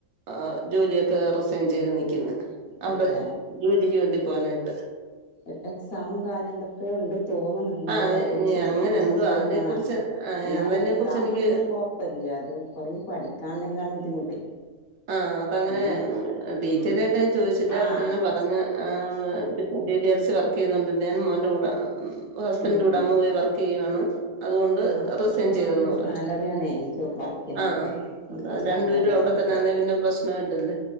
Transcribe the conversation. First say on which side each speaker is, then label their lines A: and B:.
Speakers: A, on the right; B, on the left.
A: ആ ജോലിയൊക്കെ റിസൈൻ ചെയ്ത് നിക്കുന്നു. അവിടെ
B: അതെ
A: ജോലിക്ക് വേണ്ടി പോവനായിട്ട്.
B: എ എക്സാമും കാര്യം എന്തൊക്കെയ് ഉണ്ട് തോന്നുന്നു. ഇതിന്റെ
A: ആ
B: ബാക്കിൽ
A: ഇനി
B: ചെയ്തിട്ട്
A: അങ്ങനെ
B: പോകേണ്ടി
A: എന്തോ
B: വരും.
A: അതിനെ
B: ആ
A: കുറിച്ച് ആ
B: എന്നാലും
A: അതിനെ
B: എക്സാമ്
A: കുറിച്ച് എനിക്ക്
B: ആണെകിലും കൊഴപ്പംഇല്ല അത് കൊറഞ്ഞ് പഠിക്കാണ്ടെങ്കിലാണ് ബുദ്ധിമുട്ട്.
A: ആ അതങ്ങനെ
B: ഇനിയും
A: ഡീറ്റെയിൽ
B: ഉം
A: ആയിട്ട് ഞാൻ ചോദിച്ചില്ല.
B: ആ
A: അവരിങ്ങനെ പറഞ്ഞ്
B: അതെ
A: ആ പിന്നെ P G F C work ചെയ്ത് കൊണ്ടിരുന്നതാന്ന് മോന്റെ കൂടെ ആ ഹസ്ബൻറിന്റെ
B: ഉം
A: കൂടെ
B: ഉം
A: അങ്ങ് പോയി വർക്ക് ചെയ്യുവാണ്. അതുകൊണ്ട്
B: ആ അവിടൊക്കെ
A: റിസൈൻ ചെയ്തെന്ന്
B: നല്ല
A: പറഞ്ഞ്.
B: സാലറിയാണേ ഈ വർക്കിനൊക്കെ
A: ആ ആഹ്
B: നല്ല സാലറിയാ
A: രണ്ട്പേരും അവിടെ
B: പുറത്ത്
A: തന്നാനെ പിന്നെപ്രശ്നോ ഇല്ലല്ലേ.